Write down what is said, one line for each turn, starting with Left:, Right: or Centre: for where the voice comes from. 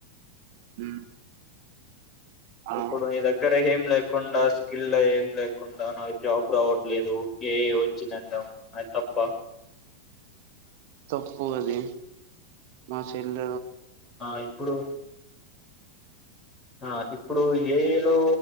Right: ఉమ్
Left: ఇప్పుడు
Right: ఆ
Left: నీ దగ్గర ఏమి ఏం లేకుండా స్కిల్ ఏం లేకుండా నాకు జాబ్ రావట్లేదు ఏఐ వచ్చింది అనడం అది తప్ప
Right: తప్పు అది మా చెల్ల
Left: ఆ ఇప్పుడు ఆ ఇప్పుడు ఏఐ లో